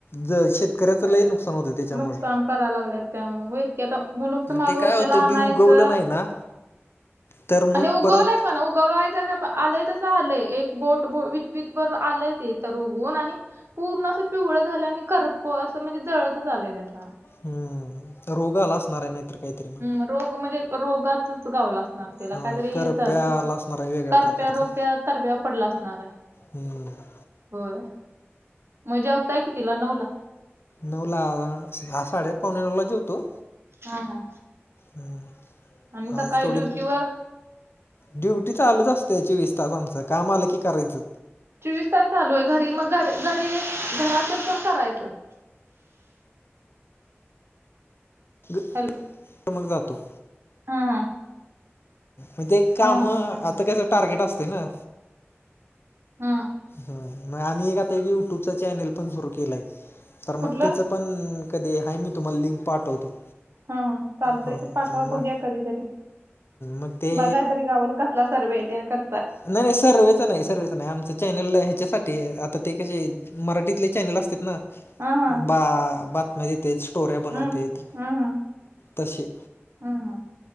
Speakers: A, on the left; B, on the right.
A: ज शेतकऱ्याच लई नुकसान होतं त्याच्यामुळे
B: नुकसान करायला लागलेत त्यामुळे मग होयच की आता मुलूक तर
A: मग
B: माग
A: ते
B: वर्षाला
A: काय होतं
B: आनायचं
A: बी उगवलं नाही ना तर
B: आणि
A: मग
B: उगवलंय
A: परत
B: पण उगवलायच का आलंय तसं आलंय एक बोट बोलवी ईत भर आलंय ते ऊगवून आणि पूर्ण अस पिवळ झालंय आणि करप अस म्हणजे ज आलेय ते आता
A: हम्म रोग आला असणार आहे नाहीतर काहीतरी मग.
B: हम्म रोग म्हणजे रोगाचच गावलास त्याला
A: हा
B: काहीतरी
A: करप्या
B: हे झालत
A: आला असणार आहे वेगळ्या
B: करप्या
A: प्रकारचा
B: रोग त्या तरब्या पडला असणार
A: हम्म <inaudible>
B: होय मग जेवताय कितिला नऊ ला?
A: नऊला दहा साडेपावणे नऊ ला जेवतो.
B: हा हा
A: हम्
B: आणि सकाळी
A: आज थोडी
B: ड्युटीवर
A: ड्युटी चालूच असत्या चोवीस तास आमचं काम आलं की करायचं.
B: चोवीस तास चालू आहे घरी मग घरी घरी घरातील पण करायचं.
A: <inaudible> <unintelligible>
B: हॅलो
A: तर मग जातो.
B: हा हा.
A: मग ते काम
B: हा हा
A: आता
B: हा हा
A: कसं टार्गेट असते ना.
B: हा
A: मग आम्ही एक आता एक युट्यूबचा चॅनेल पण सुरू केलाय तर
B: कुठलं
A: मग त्याच पण कधी आहे मी तुम्हाला लिंक पाठवतो
B: हा हा चालतय
A: हां
B: पाटवा बघुया
A: मग
B: कधीतरी
A: मग ते
B: बघाय तरी गावल. कसला सर्वे तेन कर
A: नाही नाही सर्वेच नाही सर्च नाही आमच चॅनल ह्याच्यासाठी आता ते कसे मराठीतले चॅनल असतेत ना
B: हा हा
A: बा बातम्या देतेत स्टोऱ्या बनवतेत
B: हम्म हम्म हम्म
A: तसे
B: हम्म हम्म